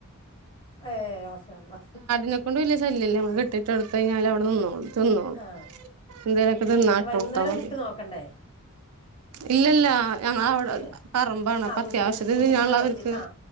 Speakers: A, on the left; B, on the right.
A: ഏയ് മാഷാ അള്ളാ.
B: ന്നെക്കൊണ്ട് വല്യ ശല്ല്യം ഇല്ല. കെട്ടിടു കൊടുത്താൽ അവടെ നിന്നോള്ളും. നിന്നോള്ളും.
A: ആ
B: എന്തേലൊക്കെ തിന്നാൻ
A: പക്ഷെ
B: ഇട്ടു
A: വൈകുന്നേരം
B: കൊടുത്താ മതി.
A: വിട്ട് നോക്കണ്ടേ
B: ഇല്ലല്ല. ഞങ്ങവടെ
A: ആ
B: പറമ്പാണ് അപ്പ
A: ആ വീട്ടിൽ
B: അത്യാവശ്യത്തിന്
A: തന്നെ വീട്ടിൽ
B: തിന്നാനുള്ള
A: തന്നെ നിർത്തി
B: അവർക്ക്
A: ആ